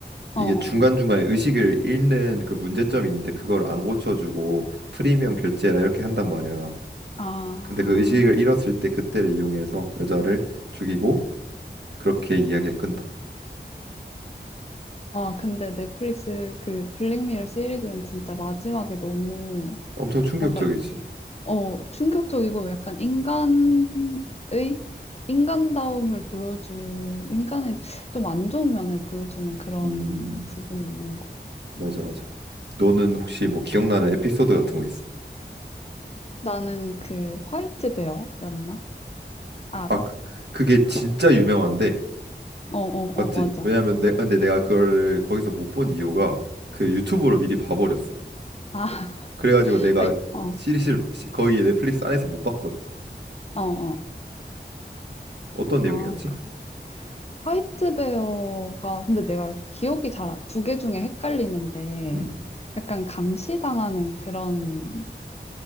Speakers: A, on the right; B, on the left.
A: 이게
B: 어, 어,
A: 중간중간에
B: 어.
A: 의식을 잃는 그 문제점이 있는데 그걸 안 고쳐주고 프리미엄 결제라 이렇게 한단 말이야.
B: 아,
A: 근데 그 의식을 잃었을 때 그때를 이용해서 여자를 죽이고 그렇게 이야기가 끝나.
B: 아, 근데 넷플릭스 그 블랙미러 시리즈는 진짜 마지막에 너무
A: 엄청 충격적이지.
B: 뭔가, 어, 충격적이고 약간 인간의, 인간다움을 보여준, 인간의 좀 안 좋은 면을 보여주는 그런
A: 음.
B: 부분이 있는 거.
A: 맞아, 맞아. 너는 혹시 뭐 기억나는 에피소드 같은 거 있어?
B: 나는 그 화이트 베어였나? 알아?
A: 아, 그- 그게 진짜 유명한데,
B: 어, 어,
A: 맞지?
B: 어, 맞아.
A: 왜냐면 내, 아, 근데 내가 그거를 거기서 못 본 이유가 그 유튜브로 미리 봐버렸어.
B: 아,
A: 그래가지고
B: <laughs>
A: 내가
B: 아이, 어,
A: 시리즈를 시- 거기 넷플릭스 안에서 못 봤거든.
B: 어, 어.
A: 어떤 내용이었지?
B: 아, 그 화이트베어가 근데 내가 기억이 잘 두 개 중에 헷갈리는데
A: 음,
B: 약간 감시당하는 그런